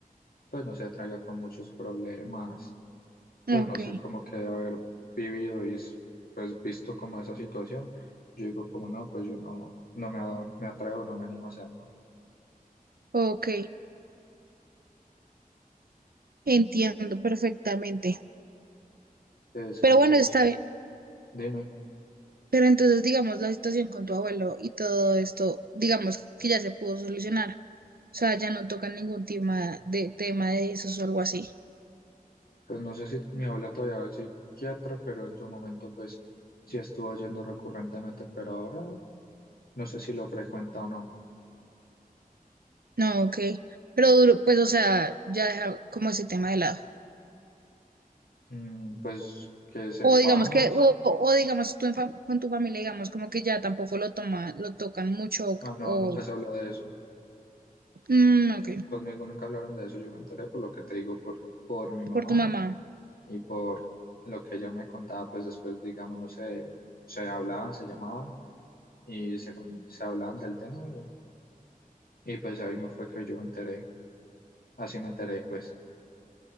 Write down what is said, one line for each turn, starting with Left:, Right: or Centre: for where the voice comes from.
Left: pues no se traiga con muchos problemas
Right: ok,
Left: pues no sé, como que de haber vivido y s- pues visto como esa situación, yo digo como no, pues yo no, no me, a- me atrevo, no me animo a hacerlo.
Right: ok, entiendo perfectamente.
Left: Es
Right: Pero
Left: que pues
Right: bueno,
Left: es-
Right: está bien.
Left: dime,
Right: Pero entonces, digamos, la situación con tu abuelo y todo esto, digamos que ya se pudo solucionar. O sea, ya no tocan ningún tema de tema de esos o algo así.
Left: pues no sé si mi abuela todavía va al psiquiatra, pero en su momento pues sí estuvo yendo recurrentemente, pero ahora no sé si lo frecuenta o no.
Right: No, ok. Pero duro, pues, o sea, ya dejar como ese tema de lado.
Left: Mm, pues que sepamos,
Right: O digamos que, o, o digamos tú en fam- con tu familia, digamos como que ya tampoco lo toma, lo tocan mucho, o,
Left: ah no,
Right: o-
Left: nunca se habló de eso.
Right: mm, ok,
Left: Conmigo nunca hablaron de eso, yo me enteré por lo que te digo, por, por mi mamá
Right: por tu mamá.
Left: y por lo que ella me contaba, pues después, digamos, no sé, se hablaban, se llamaban y se, con- se hablaban del tema y, y pues ahí me fue que yo me enteré, así me enteré, pues